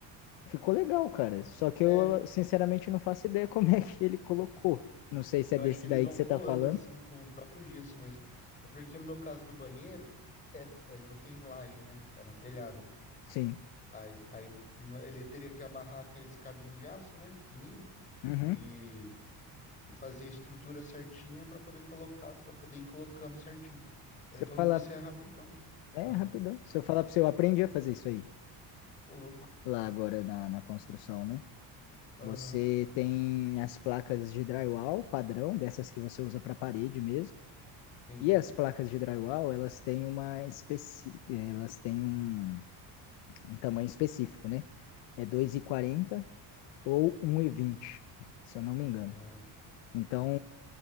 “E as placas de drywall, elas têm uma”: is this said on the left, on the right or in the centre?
Left